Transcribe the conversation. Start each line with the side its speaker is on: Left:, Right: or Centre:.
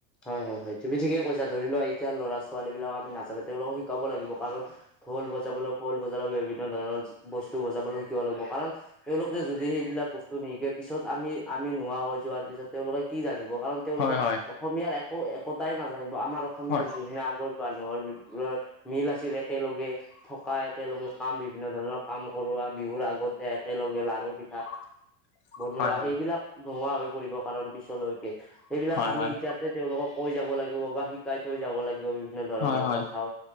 Centre: হয় হয়- হয় তুমি ঠিকে কৈছা ধৰি লোৱা এতিয়া ল'ৰা ছোৱালী বিলাক আমি নাজানে তেওঁলোকক শিকাব লাগিব কাৰণ ঢোল বজাবলৈ খোল বজাব বিভিন্ন ধৰণৰ বস্তু বজাবলৈ শিকিব লাগিব কাৰণ তেওঁলোকে যদি সেইবিলাক বস্তু নিশিকে পিছত আমি- আমি নোহোৱা হৈ যোৱাৰ পিছত তেওঁলোকে কি জানিব কাৰণ তেওঁলোকে
Left: হয় হয়
Centre: অসমীয়াৰ একো একতাই নাজানিব আমাৰ অসমীয়া
Left: হয়
Centre: যোনে আগৰ মানুহৰ মিল আছিল একেলগে থকা একেলগে কাম বিভিন্ন ধৰণৰ কাম কৰোৱা বিহুৰ আগতে একেলগে লাৰু পিঠা
Left: <inaudible>
Centre: বনোৱা
Left: হয় হয়
Centre: সেইবিলাক নোহোৱা হৈ পৰিব কাৰণ পিছলৈকে, সেইবিলাক
Left: হয়
Centre: আমি
Left: হয়
Centre: এতিয়া তে তেওঁলোকক কৈ যাব লাগিব বা শিকাই থৈ যাব লাগিব বিভিন্ন ধৰণৰ
Left: হয় হয়
Centre: কথাওঁ।